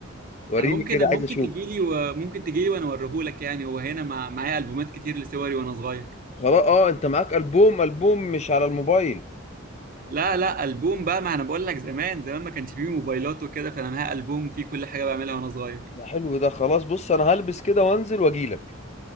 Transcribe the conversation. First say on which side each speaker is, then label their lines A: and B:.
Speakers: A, on the left (about 35°); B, on the right (about 45°).
A: وريني
B: انا ممكن
A: كده عايز
B: ممكن
A: اشوف
B: تجيلي وممكن تجيلي وانا اوريهولك يعني هو هنا مع... معايا البومات كتير لصوري وانا صغير
A: خلاص اه انت معاك البوم البوم مش على الموبايل
B: لا لا البوم بقى ما انا بقول لك زمان زمان ما كانش فيه موبايلات وكده فانا معايا البوم فيه كل حاجه بعملها وانا صغير
A: ده حلو ده خلاص بص انا هلبس كده وانزل واجيلك